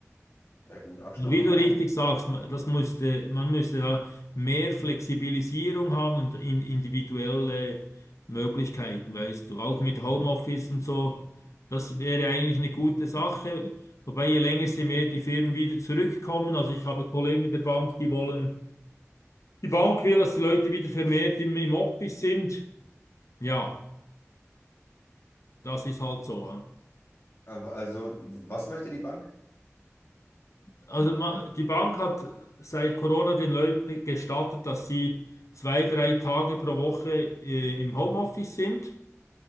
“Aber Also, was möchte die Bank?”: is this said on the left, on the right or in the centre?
Left